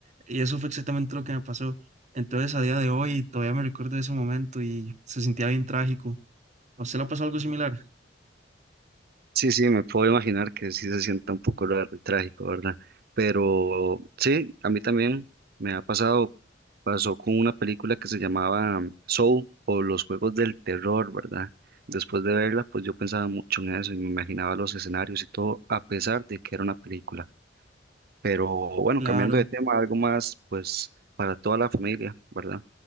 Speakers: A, on the right; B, on the right.
A: Y eso fue exactamente lo que me pasó. Entonces, a día de hoy, todavía me recuerdo de ese momento y se sentía bien trágico. ¿A usted le ha pasado algo similar?
B: Sí, sí, me puedo imaginar que sí se sienta un poco raro y trágico, ¿verdad? Pero sí, a mí también me ha pasado, pasó con una película que se llamaba um, Soul o Los Juegos del Terror, ¿verdad? Después de verla, pues yo pensaba mucho en eso y me imaginaba los escenarios y todo, a pesar de que era una película. Pero bueno,
A: Claro.
B: cambiando de tema, algo más, pues para toda la familia, ¿verdad?